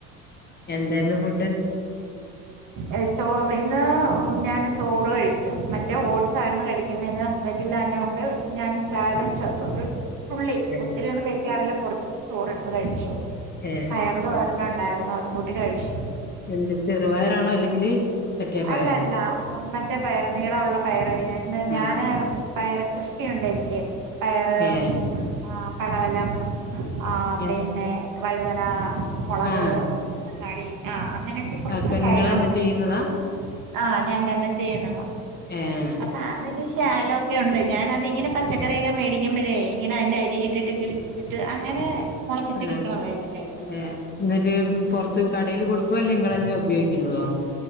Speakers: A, on the left; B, on the right.
A: എന്തായിന്ന് ഫുഡ്
B: ഇ ചോറ് ഇന്ന് ഞാന് ചോറ് കഴിച്ചു മറ്റേ ഓട്സ് ആയിരുന്നു കഴിക്കുന്നതിന് <unintelligible> ല്ലാഞ്ഞോണ്ട് ഞാൻ ശാലം ശ ത് ഒര് തുള്ളി
A: ഏഹ്
B: ഒത്തിരി ഒന്നും കഴിക്കാറല്ലോ. കുറച്ച് ചോറെടുത്ത് കഴിച്ചു
A: ഏഹ്
B: പയറ് തോരനുണ്ടായിരുന്നു അതും കൂട്ടി കഴിച്ചു.
A: എന്ത് ചെറുപയറാണോ അല്ലെങ്കില് മറ്റേ പയറോ
B: അല്ലല്ല മറ്റേ പയർ നീളമുള്ള പയർ ന്ന് ഞാന്
A: ആഹ്
B: പയർ കൃഷിയുണ്ട് എനിക്ക് പയറ്
A: ഏഹ്
B: ആ പടവലം ആ പിന്നെ
A: ഏഹ്
B: വഴുതന, മുളക്,
A: ആഹ്
B: തക്കാളി അങ്ങനൊക്കെ കുറച്ച്
A: ഒക്കെ
B: കാര്യങ്ങളൊക്കെ
A: ഇങ്ങളന്നെ ചെയ്യുന്നതാ
B: ഉണ്ട്. ആ ഞാൻ തന്നെ ചെയ്യുന്നത
A: ഏഹ്
B: അപ്പ അ <unintelligible> ചാലം ഒക്കെ ഉണ്ട് ഞാന് അതി ഇങ്ങനെ പച്ചക്കറിയൊക്കെ മേടിക്കുമ്പോഴേ ഇങ്ങനെ അതിന്റെ അരി ഇട്ടിട്ട് കിളി ട്ട് അങ്ങനെ മുളപ്പിച്ചെടുക്കണതാ
A: ആ
B: ഇതൊക്കെ
A: അതെയാ എന്നിട്ട് പുറത് ത്ത് കടയിൽ കൊടുക്കുവോ ല്ലെ നിളെങ്ങല്ലാ ഉപയോഗിക്കുന്നതോ